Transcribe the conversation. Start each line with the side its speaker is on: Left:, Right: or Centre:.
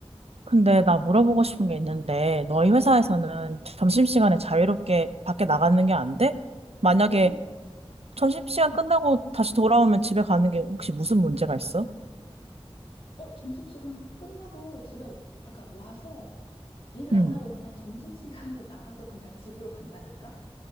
Right: 근데 나 물어보고 싶은 게 있는데, 너희
Left: 어, 어,
Right: 회사에서는 점심시간에
Left: 어.
Right: 자유롭게 밖에 나가는 게 안 돼? 만약에
Left: 어, 되지?
Right: 점심시간 끝나고 다시 돌아오면 집에 가는 게 혹시 무슨 문제가 있어?
Left: 어, 점심시간 끝나고 집에 아까 와서 일을
Right: 응.
Left: 안 하고 그냥 점심시간에 <laughs> 나가서 그냥 집으로 간다니까?